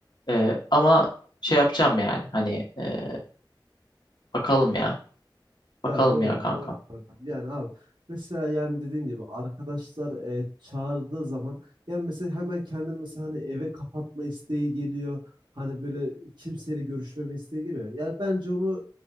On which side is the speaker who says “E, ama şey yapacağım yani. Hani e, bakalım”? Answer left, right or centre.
Left